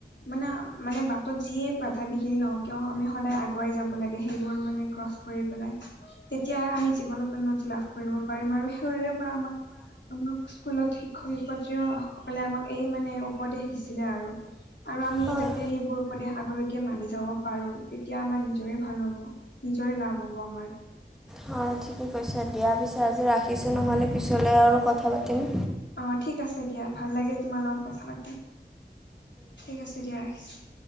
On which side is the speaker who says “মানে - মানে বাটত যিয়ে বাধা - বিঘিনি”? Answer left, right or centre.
Left